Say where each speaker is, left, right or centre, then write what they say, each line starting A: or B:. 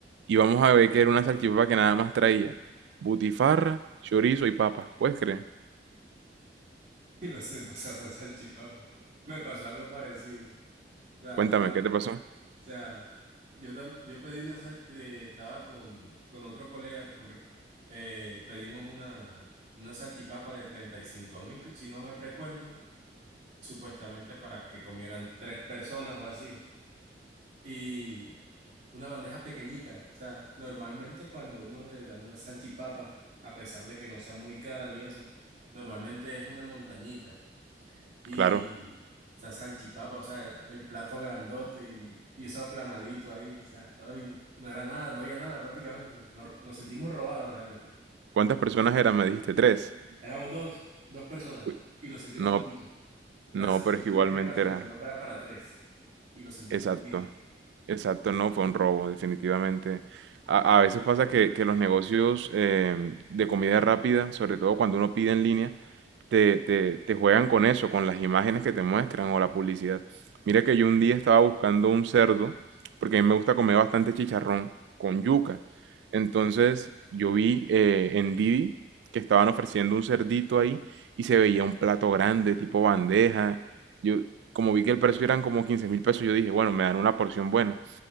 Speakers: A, on the right; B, on the right.
A: Y vamos a ver que era una salchipapa que nada más traía butifarra, chorizo y papa. ¿Puedes creer?
B: <laughs> Y lo sé, pasar por salchipapa. Me pasó algo parecido. O sea,
A: Cuéntame,
B: pa-
A: ¿qué te pasó?
B: sea, yo, tam- yo pedí una sal, eh, estaba con, con otro colega, con Ri- eh, pedimos una, una salchipapa de treinta y cinco mil, si no mal recuerdo, supuestamente para que comieran tres personas o así, y una bandeja pequeñita. O sea, normalmente cuando uno le dan una salchipapa, a pesar de que no sea muy cara ni eso, normalmente es una montañita. Y
A: Claro.
B: esa salchipapa, o sea, el plato grandote y, y eso aplanadito ahí, o sea, ay, no era nada, no había nada prácticamente. Nos, nos sentimos robados realmente.
A: ¿Cuántas personas eran? Me dijiste tres.
B: Éramos dos, dos personas
A: Uy,
B: y lo sentimos
A: No,
B: poquito. Las,
A: no,
B: se
A: pero
B: supone
A: es que igualmente
B: que era la salchipapa
A: era.
B: era para tres y lo sentimos
A: Exacto,
B: poquito.
A: exacto, no, fue un robo, definitivamente. A, a veces pasa que, que los negocios em, de comida rápida, sobre todo cuando uno pide en línea, te, te, te juegan con eso, con las imágenes que te muestran o la publicidad. Mira que yo un día estaba buscando un cerdo, porque a mí me gusta comer bastante chicharrón con yuca. Entonces yo vi eh, en Didi que estaban ofreciendo un cerdito ahí y se veía un plato grande, tipo bandeja yo, como vi que el precio eran como quince mil pesos, yo dije, bueno, me dan una porción buena.